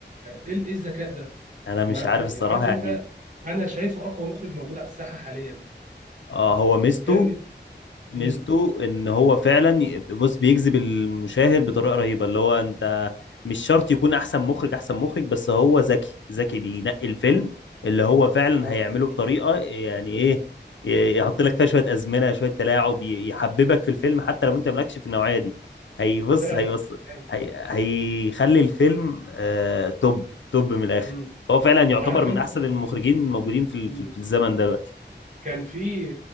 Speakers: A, on the right; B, on the left.
A: ايه إيه الذكاء ده
B: أنا مش
A: ما
B: عارف الصراحة
A: عارف
B: يعني
A: انت انا شايفه اقوى مخرج موجود على الساحة حاليا
B: اه هو ميزته
A: جامد
B: ميزته
A: امم
B: ان هو فعلا ي- بص بيجذب المشاهد بطريقه رهيبه اللي هو انت مش شرط يكون احسن مخرج احسن مخرج بس هو ذكي ذكي بينقي الفيلم
A: امم
B: اللي هو فعلا
A: اه
B: هيعمله بطريقه يعني ايه ي- يحط لك
A: امم
B: فيها شويه ازمنه شويه تلاعب ي- يحببك في الفيلم حتى لو انت مالكش في النوعيه دي هيبص
A: فعلا
B: هيبص
A: فعلا
B: هي هيخلي الفيلم آه توب توب من الاخر
A: امم
B: فهو فعلا يعتبر
A: عارف
B: من
A: انت
B: احسن المخرجين الموجودين في ال-
A: امم
B: في الزمن ده دلوقتي
A: كان في